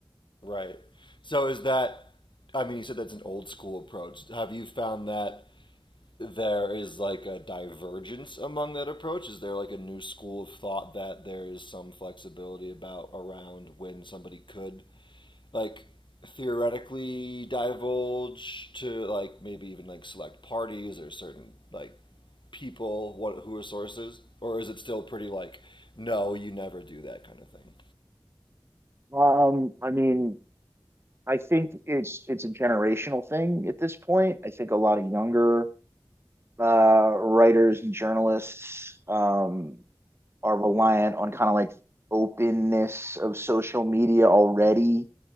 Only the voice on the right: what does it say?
Um, I mean, I think it's it's a generational thing at this point. I think a lot of younger uh, writers and journalists um, are reliant on kind of like openness of social media already.